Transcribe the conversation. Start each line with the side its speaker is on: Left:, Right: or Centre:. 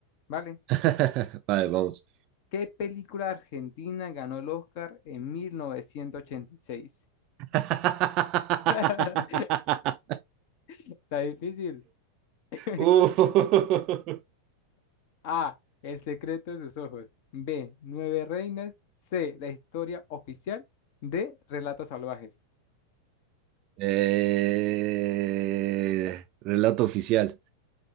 Left: ¿Vale?
Right: <laughs> Vale, vamos.
Left: ¿Qué película argentina ganó el Oscar en mil novecientos ochenta y seis
Right: <laughs>
Left: <laughs> Está difícil. <laughs>
Right: Uh.
Left: A. El secreto de sus ojos. B. Nueve reinas. C. La historia oficial. D. Relatos salvajes.
Right: Eh, Relato oficial.